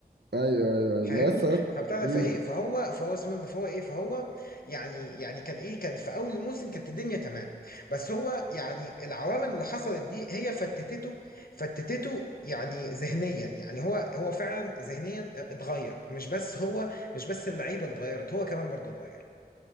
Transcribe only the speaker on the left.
فاهمني
فبتاع ده
فايه فهو فهو اسمه ده، فهو ايه فهو يعني يعني كان ايه كان في اول الموسم كانت الدنيا تمام بس هو يعني العوامل اللي حصلت دي هي فتتته فتتته يعني ذهنيا يعني هو هو فعلا ذهنيا اتغير مش بس هو مش بس اللعيبه اللي اتغيرت هو كمان برضو اتغير